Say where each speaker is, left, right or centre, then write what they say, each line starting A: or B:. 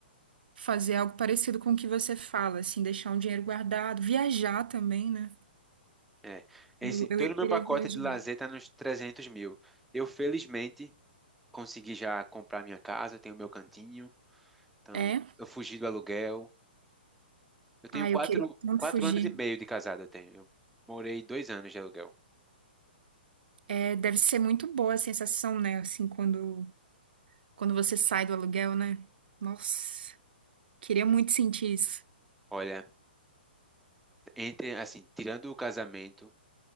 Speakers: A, on the right (about 60°); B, in the centre.
A: fazer algo parecido com o que você fala, assim, deixar um dinheiro guardado, viajar também, né?
B: É. Esse,
A: Eu,
B: todo
A: eu ia
B: o
A: querer
B: meu pacote
A: viajar.
B: de lazer tá nos 300 mil. Eu, felizmente, consegui já comprar minha casa, eu tenho meu cantinho, então
A: É?
B: eu fugi do aluguel. Eu tenho
A: Ah,
B: quatro,
A: eu queria tanto
B: quatro
A: fugir.
B: anos e meio de casado, eu tenho. Eu morei dois anos de aluguel.
A: É, deve ser muito boa a sensação, né? Assim, quando, quando você sai do aluguel, né? Nossa, queria muito sentir isso.
B: Olha, entre, assim, tirando o casamento,